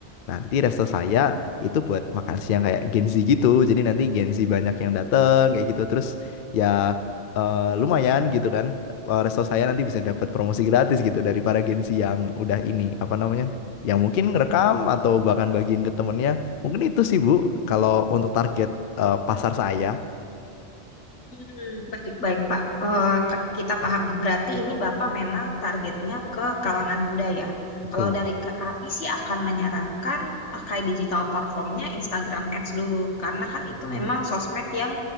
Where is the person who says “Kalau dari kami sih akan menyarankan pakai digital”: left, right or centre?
Left